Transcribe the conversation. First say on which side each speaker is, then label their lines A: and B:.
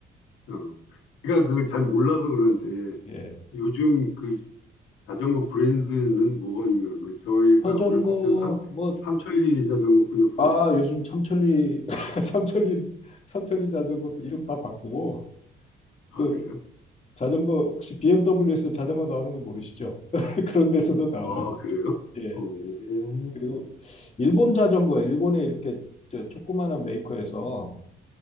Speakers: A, on the left; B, on the left.
A: 어. 제가 그걸 잘 몰라서 그런데
B: 예.
A: 요즘 그 자전거 브랜드는 뭐가 유명한 거예요? 저희가
B: 자전거
A: 어렸을 때는 삼,
B: 뭐
A: 삼천리 자전거뿐이 없었는데.
B: 아, 요즘 삼천리, <laughs> 삼천리, 삼천리 자전거도 이름 다 바꾸고,
A: 아,
B: 그
A: 그래요?
B: 자전거, 혹시 BMW에서 자전거 나오는 거 모르시죠? <laughs> 그런 데서도 나와요.
A: 아, 그래요?
B: 예.
A: 어,
B: 그리고 일본 자전거, 일본에 이렇게 저 조그마한 메이커에서